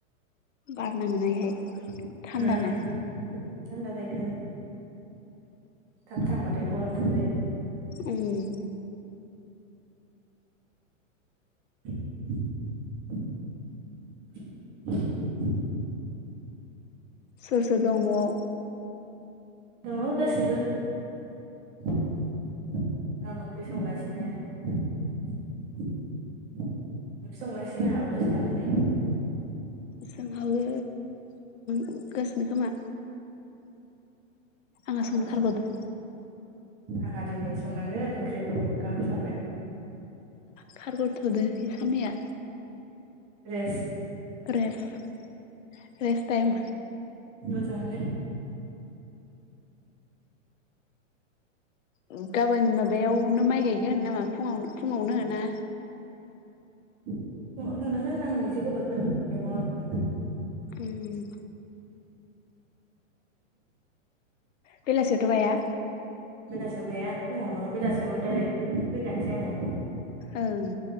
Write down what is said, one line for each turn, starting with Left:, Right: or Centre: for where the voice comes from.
Left: बार नाङोना इहाय
Right: उम
Left: थान्दानो
Right: जाल्ला जायोथ' आरो। थाब थांबाथाय गरमथार जायो।
Left: उम
Right: <inaudible>
Left: सोर सोर दं न'आव?
Right: दङ' गासिबो। ओंखाम ओंख्रि संगासिनो। ओं <unintelligible> संनांसिगोन आंहाबो दसे थानानै।
Left: जोंहाबो <unintelligible> खोमा आङा संनो
Right: औ
Left: खारग'दो
Right: आंहा दिनै संनांगोन ओंख्रिखौ ओंखामखौ संबाय।
Left: खारगरथ'दो इ खाननैया
Right: रेस
Left: रेस्ट रेस्ट टाइम
Right: मोजाङानो।
Left: उम गाबोन माबायावनो माइ गायगोन नामा फुंआव फुङावनो ना
Right: फुंआवनो थांनांगोन आं एसे गोबावसो थानांगोन <unintelligible>
Left: उम बेलासियावथ' गाया
Right: बेलासियाव गाया फुङावल' बेलासियाव डाइरेक्ट फैखानोसै आङो।
Left: ओं